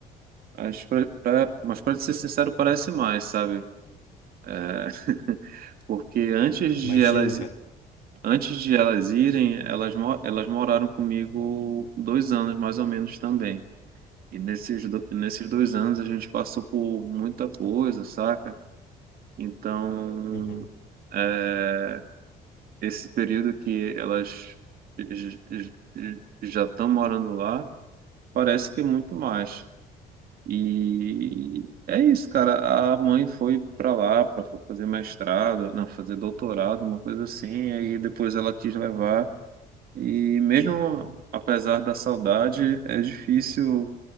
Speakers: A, on the right; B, on the left.
A: Mas pra, pra- mas pra ser sincero, parece mais, sabe? É, <laughs> porque antes de
B: Imagino,
A: elas,
B: cara.
A: antes de elas irem, elas, mo- elas moraram comigo dois anos mais ou menos também. E nesses, do- nesses dois anos a gente passou por muita coisa, saca? Então,
B: Uhum.
A: é, esse período que elas j- j- j- já estão morando lá, parece que é muito mais. E é isso, cara. A mãe foi para lá para fazer mestrado, não, fazer doutorado, uma coisa assim, aí depois ela quis levar. E mesmo apesar da saudade, é difícil